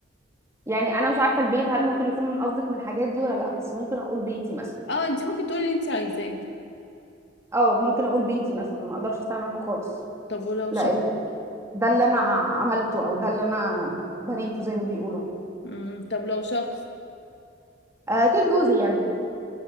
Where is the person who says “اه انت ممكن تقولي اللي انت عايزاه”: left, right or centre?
Left